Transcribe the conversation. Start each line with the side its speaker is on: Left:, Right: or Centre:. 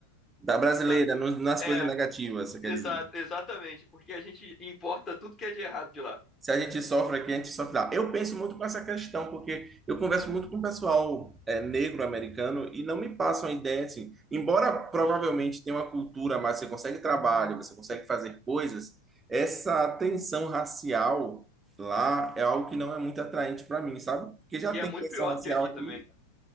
Right: Da brasileira,
Left: da, cu-
Right: no- nas
Left: é,
Right: coisas negativas, você quer
Left: exato,
Right: dizer.
Left: exatamente, porque a gente importa tudo que é de errado de lá.
Right: Se a gente sofre aqui, a gente sofre lá. Eu penso muito com essa questão, porque eu converso muito com o pessoal é, negro americano e não me passam a ideia assim. Embora provavelmente tenha uma cultura, mas você consegue trabalho, você consegue fazer coisas, essa tensão racial lá é algo que não é muito atraente para mim, sabe? Porque já
Left: E
Right: tem
Left: é muito
Right: tensão
Left: pior
Right: racial
Left: do que aqui
Right: aqui,
Left: também.